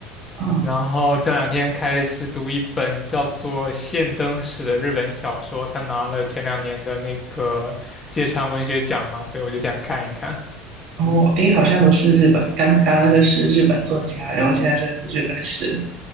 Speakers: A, on the right; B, on the left.
A: 啊，
B: 然后这两天开始读一本叫做《现灯史》的日本小说，他拿了前两年的那个芥川文学奖嘛，所以我就想看一看。
A: 然后诶，好像都是日本，刚刚那个是日本作家，然后现在这个是日本诗。